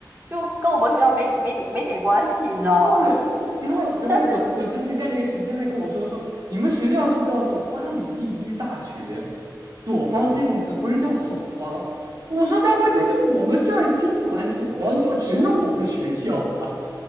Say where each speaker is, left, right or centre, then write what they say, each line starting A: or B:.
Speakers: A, on the right; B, on the right.
A: 就跟我们学校没没点没点关系，你知道吗？
B: 对，然后然后我我之前干那个实习还跟我说说你们学校是叫做巴黎第一大学索邦先行词不是叫索邦。
A: 但是，嗯，
B: 我说但问题是我们这儿经管索邦就只有我们学校啊，